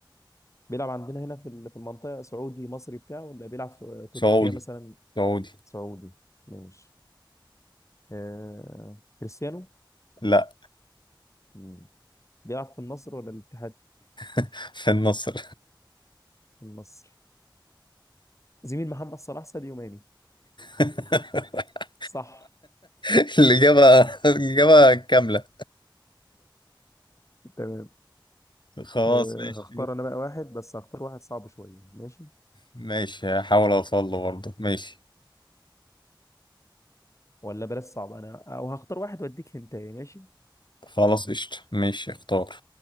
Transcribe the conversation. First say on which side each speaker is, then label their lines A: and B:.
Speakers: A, on the left (about 35°); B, on the left (about 65°).
A: بيلعب عندنا هنا في ال- في المنطقة سعودي مصري بتاعه ولا بيلعب في تركيا
B: سعودي
A: مثلا
B: سعودي
A: سعودي ماشي آه كريستيانو
B: لا
A: مم. بيلعب في النصر ولا الاتحاد
B: <laughs> في النصر
A: النصر زميل محمد صلاح ساديو ماني
B: <laughs>
A: صح
B: <laughs> الإجابة الإجابة كاملة
A: تمام
B: خلاص
A: آه
B: ماشي
A: هختار انا بقى واحد بس هختار واحد صعب شوية ماشي
B: ماشي هحاول أوصل له برضه ماشي
A: ولا بلاش صعب انا او هختار واحد واديك هنتايه ماشي
B: خلاص قشطة ماشي اختار